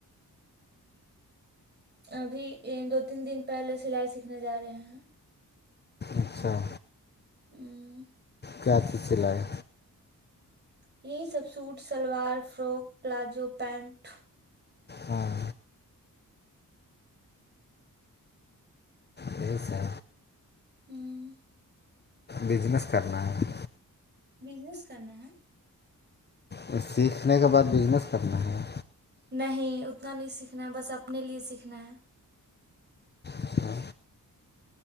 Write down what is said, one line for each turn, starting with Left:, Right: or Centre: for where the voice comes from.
Right: ابھی دو تین دن پہلے سلائی سیکھنے جا رہے ہیں
Left: اچھا
Right: ہوں
Left: کیا چیز چلا ہے
Right: یہی سب suit salwar frock palazzo pant
Left: ہاں صی سر
Right: ہوں
Left: بزنس کرنا ہے
Right: بزنس کرنا ہے
Left: اور سیکھنے کے بعد بزنس کرنا ہے
Right: نہیں اتنا نہیں سیکھنا ہے بس اپنے لیے سیکھنا ہے
Left: اچھا